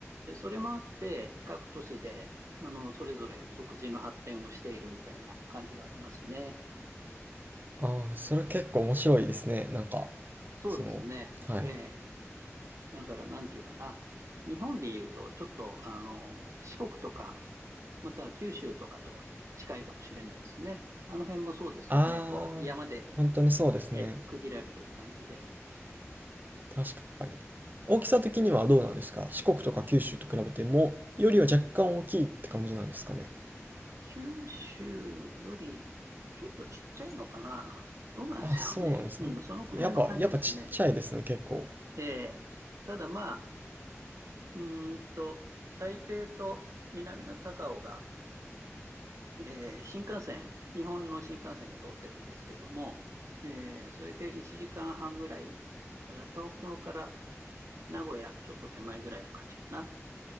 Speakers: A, on the right; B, on the right.
A: で、それもあって各都市であのそれぞれ独自の発展をしているみたいな感じはありますね。
B: ああ、それ結構面白いですね。なんか、
A: そうですね。
B: その、はい。
A: ええ。だからなんていうかな。日本でいうとちょっとあの四国とか、または九州とかと近いかもしれないですね。あの辺もそうですよね。
B: ああ、
A: こう山で
B: 本当にそうですね。
A: ええ、区切られてる感じで。
B: 確かに。大きさ的にはどうなんですか四国とか九州と比べても、よりは若干大きいって感じなんですかね。
A: 九州よりちょっとちっちゃいのかな。どうなんでしょうね。
B: あ、そうなんですね。
A: うん、そのくらいの感じですね。
B: やっぱ、やっぱちっちゃいですね、結構。
A: ええ。ただまあ、うーんと、台北と南の高雄が、ええ新幹線、日本の新幹線が通ってるんですけども、ええそれで1時間半ぐらい、だから東京から名古屋ちょっと手前ぐらいの感じかな。